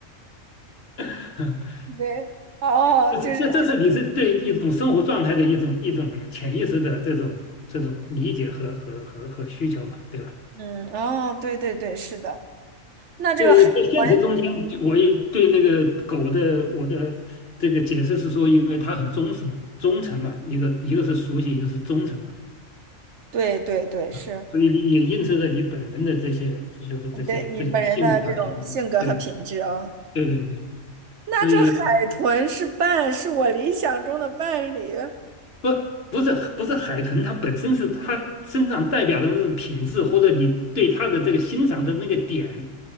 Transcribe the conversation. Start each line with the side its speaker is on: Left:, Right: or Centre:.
Left: <laughs>
Right: 对，哦哦，
Left: 这是这这是你是对一种生活状态的一种一种潜意识的这种这种理解和和和和需求嘛，
Right: 就是。
Left: 对吧？
Right: 嗯，哦，对对对，是的。那这个海豚，
Left: 对对，在现实中间我也对那个狗的我的这个解释是说，因为它很忠诚忠诚嘛，一个一个是熟悉，一个是忠诚嘛，
Right: 对对对，
Left: 啊，
Right: 是
Left: 所以你也映射着你本人的这些就是这些这些性格啊品格，
Right: 对你本人的这种性格和品质啊。
Left: 对对对对对，
Right: 那这海豚是伴，
Left: 所以
Right: 是我理想中的伴侣。
Left: 不，不是不是海豚，它本身是它身上代表的那种品质，或者你对它的这个欣赏的那个点，